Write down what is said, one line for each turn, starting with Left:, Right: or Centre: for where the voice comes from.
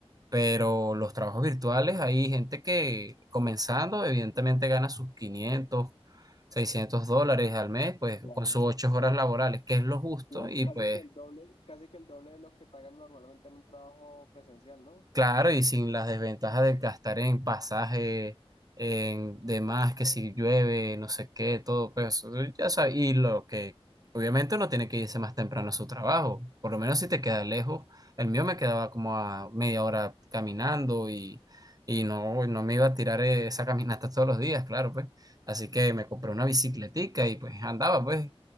Right: Pero los trabajos virtuales, hay gente que comenzando, evidentemente gana sus 500 600 dólares al mes, pues
Left: claro.
Right: con sus ocho horas
Left: El-
Right: laborales, que es lo justo,
Left: la-
Right: y
Left: casi
Right: pues
Left: que el doble, casi que el doble de lo que pagan normalmente en un trabajo presencial, ¿no?
Right: Claro, y sin las desventajas de gastar en pasaje, en demás, que si llueve, no sé qué, todo, pues eso, ya sabes, y lo que obviamente uno tiene que irse más temprano a su trabajo, por lo menos si te queda lejos, el mío me quedaba como a media hora caminando y, y no, no me iba a tirar eh, esa caminata todos los días, claro, pues, así que me compré una bicicletica y pues andaba, pues,